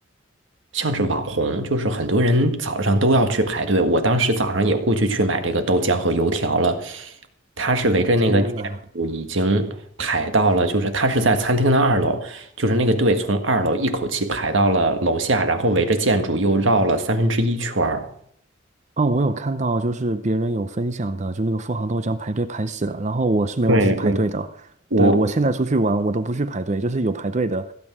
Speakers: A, on the right; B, on the right.
A: 像是网红，就是很多人早上都要去排队。我当时早上也过去去买这个豆浆和油条了，他是围着那个建筑已经排到了，
B: 天呐！
A: 就是他是在餐厅的二楼，就是那个队从二楼一口气排到了楼下，然后围着建筑又绕了三分之一圈儿。
B: 哦，我有看到，就是别人有分享的，就那个富航豆浆排队排死了，然后我是没有去排队的。
A: 对对，我
B: 对，我现在出去玩，我都不去排队，就是有排队的，